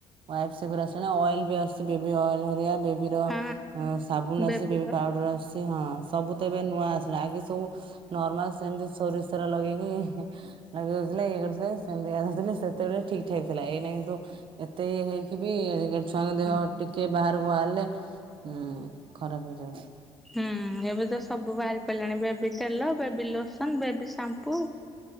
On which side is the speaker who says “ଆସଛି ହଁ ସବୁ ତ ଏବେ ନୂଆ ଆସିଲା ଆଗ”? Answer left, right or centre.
Right